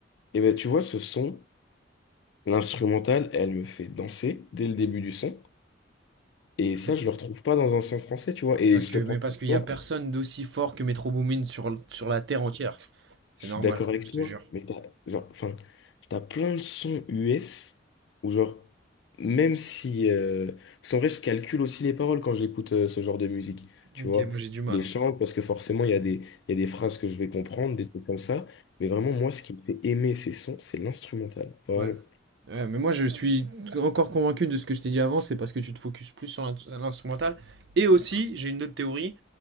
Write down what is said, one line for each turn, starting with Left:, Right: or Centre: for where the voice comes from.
Left: Et ben tu vois, ce son, l'instrumental, elle me fait danser dès le début du son. Et ça,
Right: Mais
Left: je le retrouve pas dans un son français, tu vois. Et
Right: parce
Left: je
Right: que,
Left: te
Right: mais
Left: prends.
Right: parce qu'il y
Left: un
Right: a personne d'aussi fort que Metro Boomin sur, sur la terre entière. C'est
Left: Je suis
Right: normal,
Left: d'accord
Right: frère,
Left: avec
Right: je
Left: toi,
Right: te jure.
Left: mais t'as, genre, enfin, t'as plein de sons US où, genre, même si. euh, parce qu'en vrai, je calcule aussi les paroles quand j'écoute euh, ce genre de musique, tu
Right: Ok,
Left: vois.
Right: moi j'ai du mal.
Left: Les
Right: hein.
Left: chants, parce que forcément, il y a des, il y a des phrases que je vais comprendre, des trucs comme ça. Mais vraiment, moi, ce qui me fait aimer ces sons, c'est l'instrumental. Vraiment,
Right: Ouais. Ouais, mais moi je suis encore convaincu de ce que je t'ai dit avant, c'est parce que tu te focuses plus sur l'in- l'instrumental. Et aussi, j'ai une autre théorie,